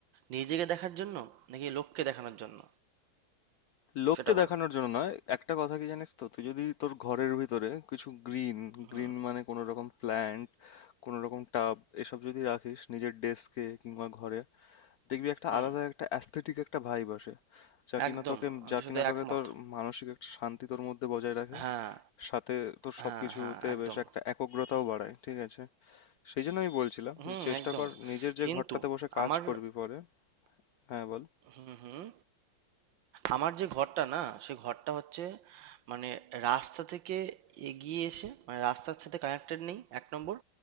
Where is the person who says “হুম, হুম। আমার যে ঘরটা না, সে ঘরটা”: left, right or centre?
Right